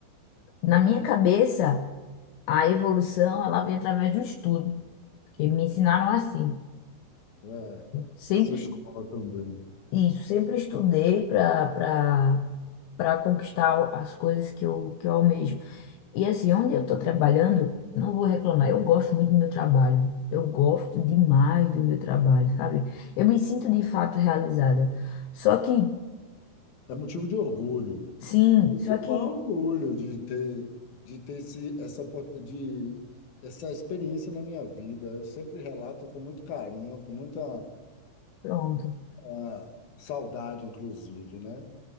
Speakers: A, on the left (about 75°); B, on the left (about 55°).
A: na minha cabeça, a evolução ela vem através do estudo, porque me ensinaram assim.
B: É,
A: Sempre
B: essa escola também.
A: isso, sempre estudei para para para conquistar as coisas que eu que eu almejo. E assim, onde eu estou trabalhando, não vou reclamar. Eu gosto muito do meu trabalho. Eu gosto demais do meu trabalho, sabe? Eu me sinto de fato realizada. Só que
B: É motivo de orgulho.
A: Sim,
B: Um
A: só que,
B: maior orgulho de ter, de ter esse, essa, opor- de, essa experiência na minha vida. Eu sempre relato com muito carinho, com muita,
A: pronto,
B: ah, saudade, inclusive, né?